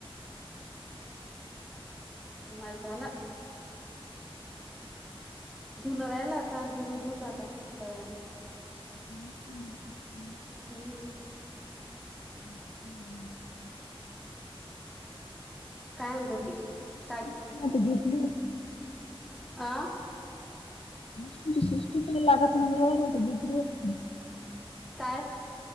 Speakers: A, in the centre; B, on the left (about 80°).
A: म झालं धुनं राहियला आता धुनं धुत आता थोड्या वेनें
B: हम्म्म्
A: हम्म
B: ह हम्
A: काय अत होते
B: मशीनची सिस्टीम
A: काय
B: नाही ना घेतली
A: आं
B: ममची शिष्ट मला लागत ना घेतली
A: काय